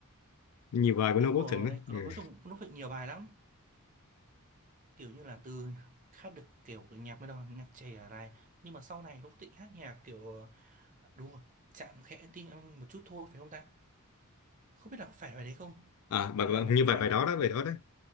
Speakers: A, on the left (about 90°); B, on the right (about 35°).
A: nhiều bài của
B: đúng
A: Noo
B: rồi
A: Phước Thịnh ấy.
B: còn
A: Ừ.
B: nói chung Nú Phúc Thịnh nhiều bài lắm kiểu như là từ hát được kiểu cái nhạc mới đó nhạc trẻ này nhưng mà sau này lúc Thịnh hát nhạc kiểu ờ, đúng rồi chạm khẽ tim anh một chút thôi phải không ta không biết là phải bài đấy không
A: à bài,
B: hay
A: bài-
B: là một
A: như
B: cái
A: bài
B: bài
A: bài đó đó bài đó đấy